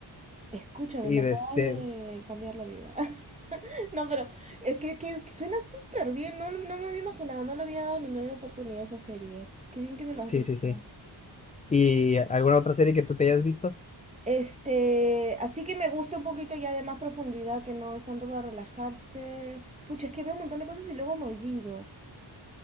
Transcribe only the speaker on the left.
Y
de
este,
sí,
sí, sí. ¿Y eh, alguna otra serie que tú te hayas visto?